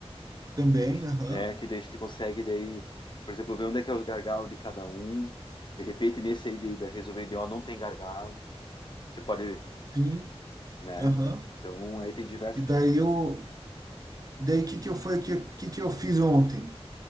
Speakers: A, on the right; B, on the left.
A: também,
B: Que a gente-
A: aham,
B: né, que daí a gente consegue daí, por exemplo, ver onde é que é os gargalos de cada um. De repente, nesse aí de, da resolver de ó, não tem gargalo. Você pode,
A: sim,
B: né?
A: aham.
B: Então, aí tem diversas.
A: E daí eu, e daí que que eu foi que, que que eu fiz ontem?